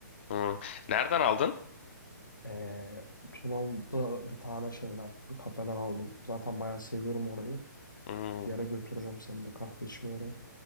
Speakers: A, on the left; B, on the left.
A: Hı. Nereden aldın?
B: E, Tunalı'da bir tane şeyden, bir kafeden aldım. Zaten bayağı seviyorum orayı.
A: Hı.
B: Bir yere götüreceğim seni de kahve içmeye oraya.